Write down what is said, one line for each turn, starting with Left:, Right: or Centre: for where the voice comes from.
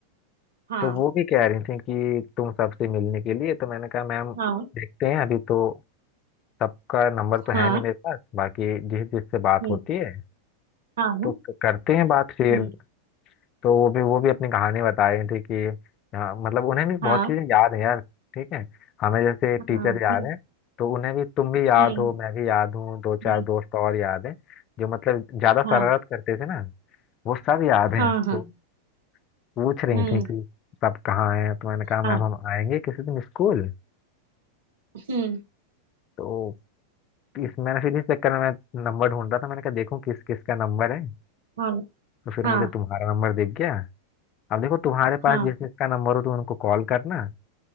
Right: हाँ
Left: तो वो भी कह रही थी कि तुम सबसे मिलने के लिए तो मैंने कहा मैम
Right: हाँ
Left: देखते हैं अभी तो सबका नंबर तो
Right: हाँ
Left: है नहीं मेरे पास बाकी जिस जिससे बात
Right: हम्म,
Left: होती है
Right: हाँ
Left: तो क- करते हैं बात फिर
Right: हम्म,
Left: तो वो भी वो भी अपनी कहानी बता रही थी कि हाँ, मतलब उन्हें भी बहुत
Right: हाँ
Left: चीजें याद है यार ठीक है हमें जैसे टीचर
Right: हाँ
Left: याद
Right: हम्म,
Left: है तो उन्हें भी तुम भी याद
Right: हम्म,
Left: हो मैं भी याद हूँ दो चार
Right: हम्म,
Left: दोस्त और याद हैं जो मतलब ज्यादा
Right: हाँ
Left: शरारत करते थे ना वो सब याद हैं
Right: हाँ हाँ
Left: तो पूछ रही
Right: हम्म
Left: थी कि सब कहाँ हैं तो मैंने कहा मैम
Right: हाँ
Left: हम आएंगे किसी दिन स्कूल
Right: हम्म
Left: तो इस मैंने फिर इस चक्कर में मैं नंबर ढूंढ रहा था मैंने कहा देखूं किस किस का नंबर है
Right: हाँ
Left: तो फिर
Right: हाँ
Left: मुझे तुम्हारा नंबर दिख गया अब देखो तुम्हारे पास
Right: हाँ
Left: जिस जिसका नंबर हो तो उनको कॉल करना